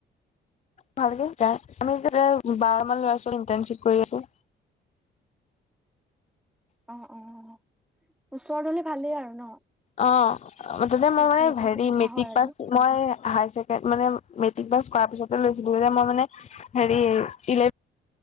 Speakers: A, on the left; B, in the centre.
A: ভালকে শিকাই। আমি তাতে বাৰ মান ল'ৰা-ছোৱালীয়ে ইন্টাৰ্নশ্বিপ কৰি আছো।
B: অঁহ', -অঁহ', ওচৰত হ'লে ভালেই আৰু ন'।
A: অঁ', তা'তে
B: চব
A: মোৰ মানে
B: ফালৰ পৰা
A: হেৰি
B: সুবিধা
A: মেট্ৰিক
B: হয় আৰু
A: পাছ- মই হায়ছেকেন্ড মানে মেট্ৰিক পাছ কৰাৰ পিছতে লৈছিলো যে মই মানে- হেৰি ইলেক-